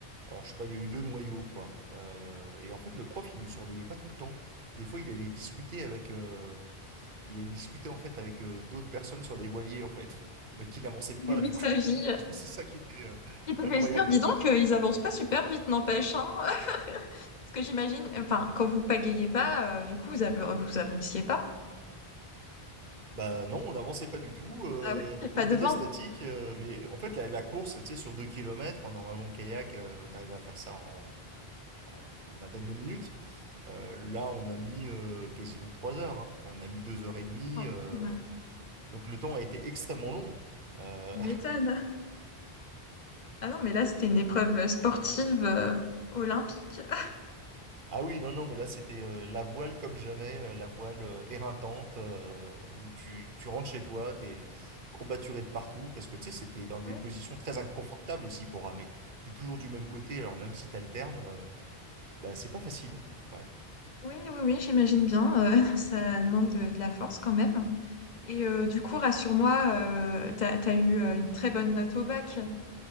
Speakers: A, on the right; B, on the left.
A: Alors, je sais pas, il y a eu deux noyaux, quoi. Euh, Et en fait, le prof, il nous surveillait pas tout le temps. Des fois, il allait discuter avec. euh, Il allait discuter en fait avec euh, d'autres personnes sur des voiliers, en fait, <laughs> mais qui n'avançaient pas
B: Il
A: du
B: s'agit.
A: coup. <laughs> C'est ça qui était euh,
B: Il devait
A: incroyable.
B: se dire, dis donc, euh, ils avancent pas super vite, n'empêche, hein. <laughs> Parce que j'imagine, enfin, quand vous pagayez pas, euh, du coup, vous av- vous avanciez pas.
A: Bah non, on n'avançait pas du tout, euh,
B: Ah oui,
A: donc
B: et pas
A: on
B: de
A: était
B: vent,
A: statique, euh, mais en fait la, la course, tu sais, sur deux kilomètres, en normalement le kayak, euh, t'arrivais à faire ça en, bah, en une vingtaine de minutes. Euh, là, on a mis euh, quasiment trois heures, hein. Enfin, on a mis deux heures et demie,
B: quand
A: euh,
B: même.
A: donc le temps a été extrêmement long. Euh,
B: Tu m'étonnes. Ah non, mais là, c'était une épreuve euh, sportive euh, olympique. <laughs>
A: Ah oui, non, non, mais là, c'était euh, la voile comme jamais, euh, la voile euh, éreintante, euh, où tu, tu rentres chez toi, t'es courbaturé de partout, parce que tu sais, c'était dans des
B: Ouais.
A: positions très inconfortables aussi pour ramer. T'es toujours du même côté, alors même si t'alternes, euh, bah, c'est pas facile. Ouais.
B: Oui, oui, oui, j'imagine bien. euh, <laughs> ça demande de, de la force quand même. Et euh, du coup, rassure-moi, euh, t'as, t'as eu euh, une très bonne note au bac.